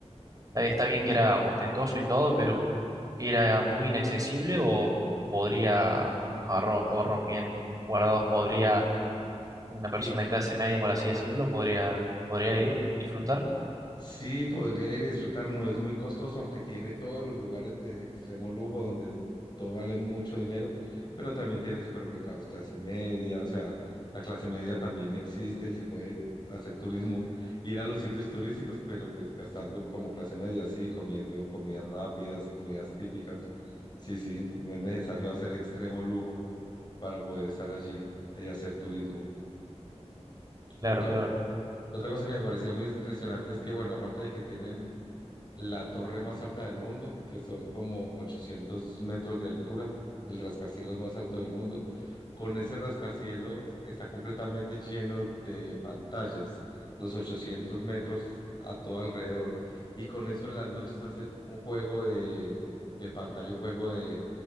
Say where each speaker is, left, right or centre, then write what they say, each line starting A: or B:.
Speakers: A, on the right; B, on the left.
A: Está está bien que era ostentoso y todo, pero era muy inaccesible o podría, con unos ahorro- ahorros bien guardados, podría una persona
B: Y
A: de clase media, por así decirlo, podría, podría ir, disfrutar.
B: Sí, podría ir a disfrutar, no es muy costoso, aunque tiene todos los lugares de extremo lujo donde todo vale mucho dinero, pero también tiene supermercados clase media, o sea, la clase media también existe y se puede hacer turismo, ir a los sitios turísticos, pero pues gastando como clase media, sí, comiendo comidas rápidas, comidas típicas. Sí, sí, no es necesario hacer extremo lujo para poder estar allí y hacer turismo.
A: Claro,
B: Otra,
A: claro.
B: co- otra cosa que me parecía muy impresionante es que, bueno, aparte de que tienen la torre más alta del mundo, que son como 800 metros de altura, el rascacielos más alto del mundo. Con ese rascacielos está completamente lleno de pantallas, los 800 metros a todo alrededor. Y con eso en las noches hacen un juego de, de pantalla, un juego de,